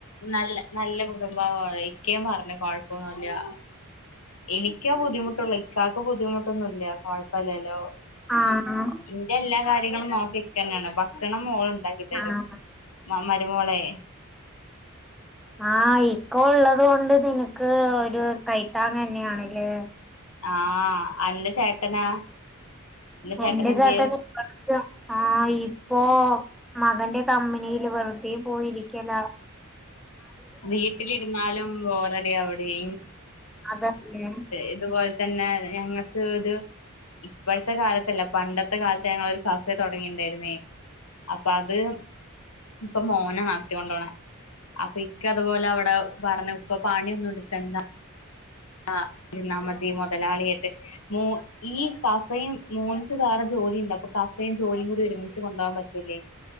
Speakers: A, on the left; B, in the centre.
A: നല്ല നല്ല കുടുംബ ഇചേയും പറഞ്ഞ് കൊഴപ്പമൊന്നുമില്ല എനിക്കാ ബുദ്ധിമുട്ടുള്ളത് ഇക്കാക്ക് ബുദ്ധിമുട്ടൊന്നും ഇല്ല കൊഴപ്പമില്ലല്ലോ
B: ആഹ്
A: ഇന്റെ എല്ലാ കാര്യങ്ങളും നോക്കി ഇക്ക തന്നെയാണ് ഭക്ഷണം മോള് ഉണ്ടാക്കി തരും
B: ആഹ്
A: മ മരുമോളെ
B: ആ ഇക്കൊ ഉള്ളത് കൊണ്ട് നിനക്ക് ഒരു കൈത്താങ് തന്നെയാണല്ലേ
A: ആഹ അന്റെ ചേട്ടനാ അന്റെ
B: എന്റെ
A: എന്തിയെ
B: ചേട്ടൻ ആ ഇപ്പോ മകന്റെ കമ്പനിയില് വെറുതെ പോയിരിക്കുക
A: വീട്ടിലിരുന്നാലും ബോറടിയ അവിടെ <inaudible>
B: അതന്നെ
A: ഇതുപോലെ തന്നെ ഞങ്ങൾക്ക് ഒരു ഇപ്പോഴത്തെ കാലത്തല്ല പണ്ടത്തെ കാലത്ത് ഞങ്ങളൊരു കഫേ തുടങ്ങിട്ടുണ്ടായിരുന്നേ അപ്പ അത് ഇപ്പൊ മോന നടത്തി കൊണ്ട് പോണത് അപ്പൊ ഇക്ക അതുപോലെ അവിടെ പറഞ്ഞ ഇപ്പ പാണി ഒന്നും എടുക്കണ്ട ആ ഇരുന്നാ മതി മുതലാളിയാട്ട് മോൻ ഈ കഫയും മോൻക്ക് വേറെ ജോലിണ്ട് അപ്പ കഫയും ജോലിയും കൂടി ഒരുമിച്ച് കൊണ്ടുപോകാൻ പറ്റും